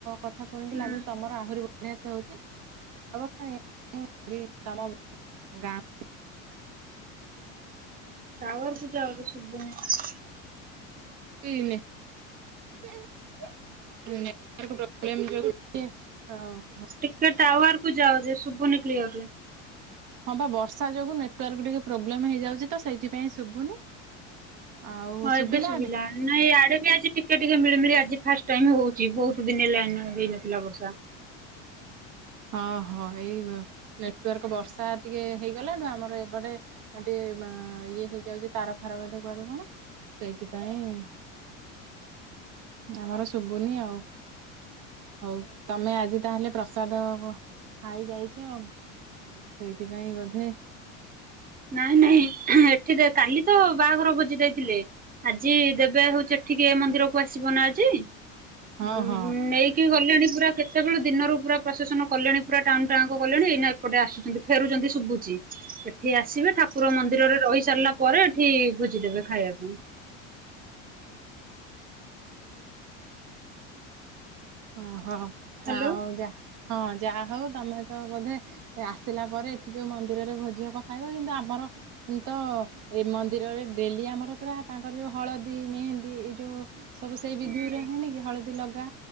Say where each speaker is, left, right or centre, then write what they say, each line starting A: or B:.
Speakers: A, on the right; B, on the right.
A: କଥା ଶୁଣିକି
B: ହୁଁ
A: ଲାଗୁଛି ତମର ଆହୁରି ବେଷ୍ଟ ହଉଛି <unintelligible> ତମ ଗାଁ
B: ତାୱାରେ ସିଝା ହୋଉଛି ସୁପୁଣି।
A: ହୁନ <inaudible> ନେଟୱାର୍କ ପ୍ରୋବଲେମ ଯୋଗୁ। <inaudible>
B: ଟିକେ ଟାୱଆରକୁ ଯାଉ ଯେ ଶୁଭୁନି କ୍ଲିୟରରେ।
A: ହଁ ବା ବର୍ଷା ଯୋଗୁ ନେଟୱାର୍କ ଟିକେ ପ୍ରୋବ୍ଲେମ ହେଇଯାଉଛି ତ ସେଇଥିପାଇଁ ଶୁଭୁନି। ଆଉ
B: ହଁ
A: ଶୁଭିଲା
B: ଏବେ ସୁୁଭିଲା। ନାଇଁ ଆଡେ ବି ଆଜି ଟିକେ ଟିକେ ମିଳିମିଳି ଆଜି ଫାଷ୍ଟ ଟାଇମ ହଉଛି ବହୁତ ଦିନ ହେଲା ହେଇନଥିଲା ବର୍ଷା।
A: ଅହ ଏଇ ନେଟୱାର୍କ ବର୍ଷା ଟିକେ ହେଇଗଲାଠୁ ଆମର ଏପଟେ ଟିକେ ଇଏ ହେଇଯାଉଛି ତାର ଫାର ବୋଧେ କୁଆଡୁ କଣ ସେଇଥିପାଇଁ ଆମର ଶୁଭୁନି ଆଉ। ହଉ ତମେ ଆଜି ତାହେଲେ ପ୍ରସାଦ ହଁ ଆଇ ଯାଇଛି ସେଇଥିପାଇଁ ବୋଧେ
B: ନାଇଁ ନାଇଁ ଏଠି କାଲି ତ ବାହାଘର ଭୋଜି ଯାଇଥିଲେ। ଆଜି ଦେବେ ହଉଚ ଏଠିକେ ଏ ମନ୍ଦିରକୁ ଆସିବ ନା ଆଜି ନେଇକି
A: ହଁ ହଁ
B: ନେଇକି ଗଲେଣି ପୁରା କେତେବେଳେ ଦିନରୁ ପୁରା ପ୍ରଶାସନ କଲେଣି ପୁରା ଟାଉନ ଟା ଆଙ୍କ କଲେଣି ଏଇନା ଏପଟେ ଆସୁଛନ୍ତି ଫେରୁଛନ୍ତି ଶୁଭୁଛି। ଏଠି ଆସିବେ ଠାକୁର ମନ୍ଦିରରେ ରହି ସାରିଲା ପରେ ଏଠି ଭୋଜିଦେବେ ଖାଇବା ପାଇଁ।
A: ଓହଁ
B: ହ୍ୟାଲୋ
A: ଆଉ ଯା ହଁ ଯାହା ହଉ ତମେ ତ ବୋଧେ ଆସିଲା ପରେ ଏଠି ଯୋଉ ମନ୍ଦିରରେ ଭୋଜି ହ୍ ଖାଇବ କିନ୍ତୁ ଆମର ତ ଏ ମନ୍ଦିରରେ ଡେଲି ଆମର ପୁରା ତାଙ୍କର ଯୋଉ ହଳଦୀ ମେହେନ୍ଦୀ ଏଇ ଯୋଉ ସବୁ ସେଇ ବିଧି
B: ହୁଁ।
A: ଉରା ହୁଏନି କି ହଳଦୀ ଲଗା